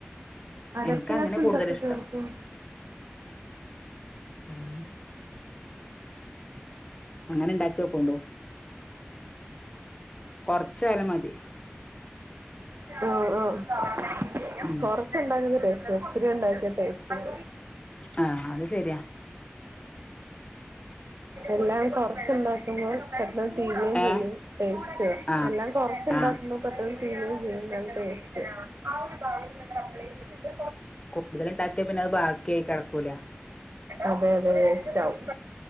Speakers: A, on the right; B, on the left.
A: അരപ്പിന്നത്
B: എനിക്ക് അങ്ങനെ
A: എന്തൊക്കെ
B: കൂടുതൽ ഇഷ്ടം
A: ചേർക്കും
B: ഉം അങ്ങനെ ഇണ്ടാക്കി വോക്കണ്ടോ കൊറച്ച നേരം മതി
A: ഓ ഓ കൊറച്ച്
B: ഉം
A: കുറച്ചു ഉണ്ടാക്കുന്ന ടേസ്റ്റ് ഒത്തിരി ഉണ്ടാക്കിയ ടേസ്റ്റ്ഇല്ല
B: ആഹ അത് ശരിയാ
A: എല്ലാം കൊറച്ചണ്ടാ പെട്ടന്ന് തീരുകയും ചെയ്യും
B: ഏഹ്
A: ടേസ്റ്റ്
B: ആഹ്
A: എല്ലാം കൊറച്ചുണ്ടാക്കുന്ന
B: ആഹ്
A: പെട്ടെന്ന് തീരുകയും ചെയ്യും നല്ല ടേസ്റ്റ് അവര് പറയുന്നത് അപ്ലൈ ചെയ്തിട്ട്
B: കൂടുതല ഉണ്ടാക്കിയ പിന്നെ അത് ബാക്കിയ ആയി കിടക്കൂല
A: അതെ അതെ വേസ്റ്റ് ആകും